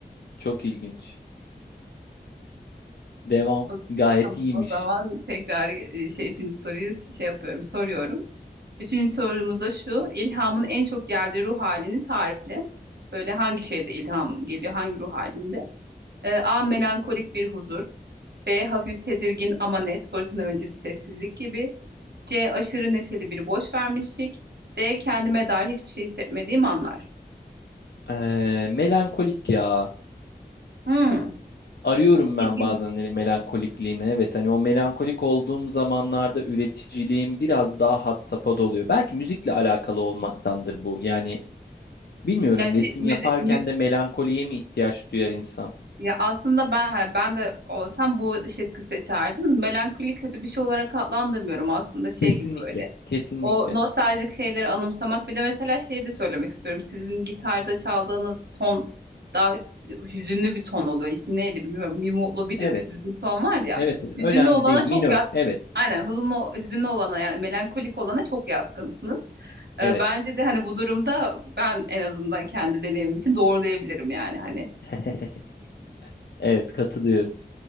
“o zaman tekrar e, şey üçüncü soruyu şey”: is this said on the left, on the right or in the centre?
Right